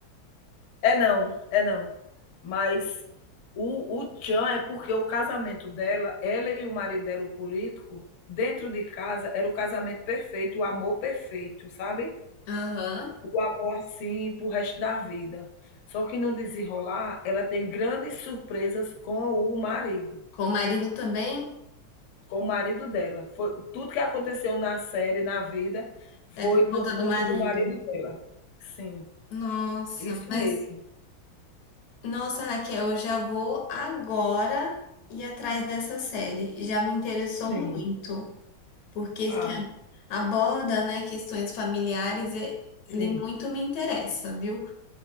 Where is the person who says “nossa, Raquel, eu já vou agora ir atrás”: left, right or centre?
Left